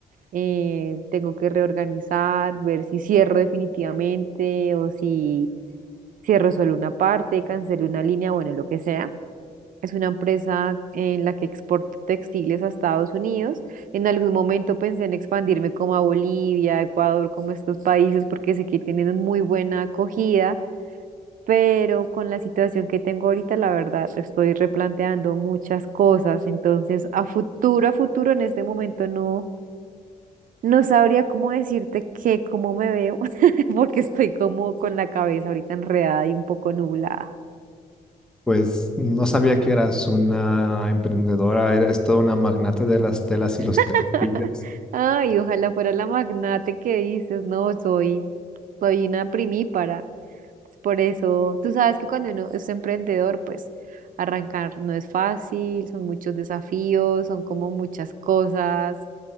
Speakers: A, on the right; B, in the centre.
A: eh, tengo que reorganizar, ver si cierro definitivamente o si cierro solo una parte, cancelo una línea, bueno, lo que sea. Es una empresa en la que exporto textiles a Estados Unidos. En algún momento pensé en expandirme como a Bolivia, Ecuador, como estos países, porque sé que tienen muy buena acogida, pero con la situación que tengo ahorita, la verdad, estoy replanteando muchas cosas. Entonces, a futuro, a futuro, en este momento no. No sabría cómo decirte que cómo me veo, <laughs> porque estoy como con la cabeza ahorita enredada y un poco nublada.
B: Pues no sabía que eras una emprendedora, eres toda una magnate de las telas y los
A: <laughs>
B: textiles.
A: Ay, ojalá fuera la magnate que dices, no, soy, soy una primípara. Es Por eso, tú sabes que cuando uno es emprendedor, pues arrancar no es fácil, son muchos desafíos, son como muchas cosas